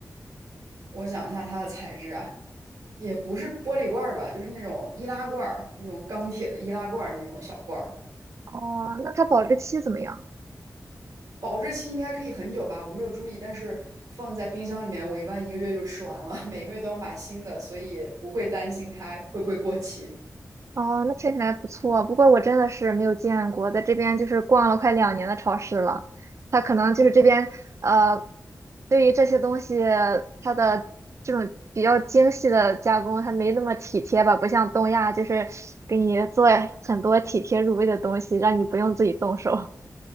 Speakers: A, on the right; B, on the right.
A: 我想一下它的材质啊，也不是玻璃罐儿吧，就是那种易拉罐儿，那种钢铁的易拉罐儿那种小罐儿，
B: 哦，那它保质期怎么样？
A: 保质期应该可以很久吧，我没有注意，但是放在冰箱里面，我一般一个月就吃完了，每个月都要买新的，所以不会担心它会不会过期。
B: 哦，那听起来不错。不过我真的是没有见过，在这边就是逛了快两年的超市了，它可能就是这边呃，对于这些东西它的这种比较精细的加工，它没那么体贴吧，不像东亚就是给你做很多体贴入微的东西，让你不用自己动手。